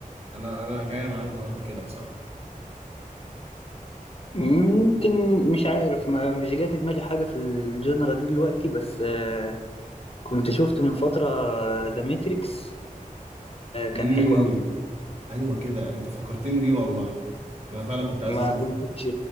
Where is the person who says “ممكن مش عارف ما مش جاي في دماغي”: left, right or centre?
Left